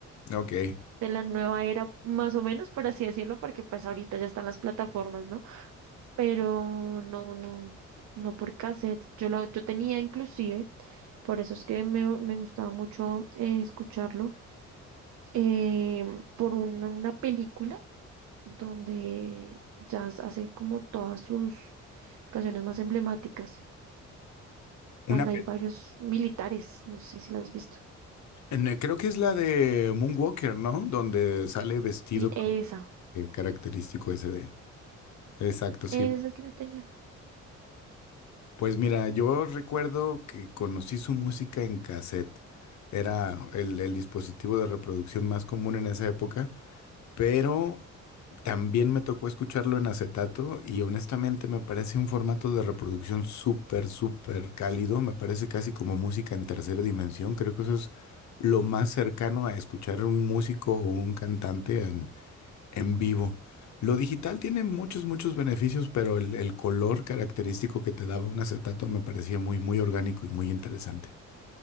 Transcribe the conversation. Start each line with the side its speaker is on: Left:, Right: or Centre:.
Left: Ok.
Right: de la nueva era, más o menos, por así decirlo, porque pues ahorita ya están las plataformas, ¿no? pero no, no, no por cassette. Yo lo, yo tenía inclusive, por eso es que me, me gustaba mucho eh, escucharlo, eh, por un- una película donde Jazz hace como todas sus canciones más emblemáticas,
Left: Una,
Right: donde
Left: pe-
Right: hay varios militares, no sé si las has visto.
Left: en- creo que es la de Moonwalker, ¿no? Donde sale vestido
Right: Y
Left: con
Right: esa,
Left: el característico ese de... Exacto, sí.
Right: esa es la que yo tenía.
Left: Pues mira, yo recuerdo que conocí su música en cassette. Era el, el dispositivo de reproducción más común en esa época, pero también me tocó escucharlo en acetato y honestamente me parece un formato de reproducción súper, súper cálido. Me parece casi como música en tercera dimensión. Creo que eso es lo más cercano a escuchar un músico o un cantante en vivo. Lo digital tiene muchos, muchos beneficios, pero el, el color característico que te daba un acetato me parecía muy, muy orgánico y muy interesante.